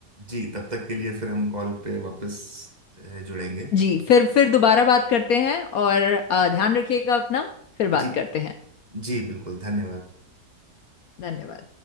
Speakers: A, on the right; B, on the left.
A: जी तब तक के लिए फिर हम कॉल पे वापस अ, जुड़ेंगे
B: जी फिर फिर दोबारा बात करते हैं और अ, ध्यान रखिएगा अपना फिर बात
A: जी
B: करते हैं
A: जी बिल्कुल धन्यवाद
B: धन्यवाद